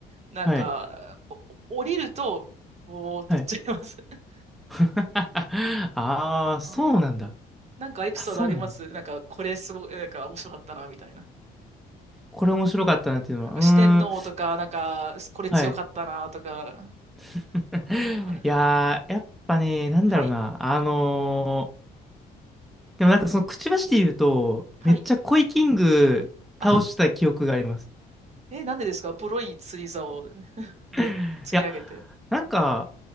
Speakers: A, on the right; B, in the centre.
A: なんか、
B: はい。
A: お降りると、おーって言っちゃいます。
B: はい。
A: <laughs>
B: <laughs> ああ、そうなんだ。
A: あ、なんかエピソードありますなんか、
B: あ、そうなんだ。
A: これすごい、なんか面白かったな、みたいな。
B: これ面白かったなっていうのは。
A: なんか四天王とか、
B: うーん。
A: なんか、これ強かったな、
B: はい。
A: とか。
B: <laughs>
A: こう <laughs>
B: いやー、やっぱね、なんだろうな。
A: はい。
B: あのーでもなんかそのくちばしで言うと、
A: はい。
B: めっちゃコイキング倒した記憶があります。
A: あ、え、なんでですかボロい釣り竿で釣り上げて。
B: <laughs> いや、なんか、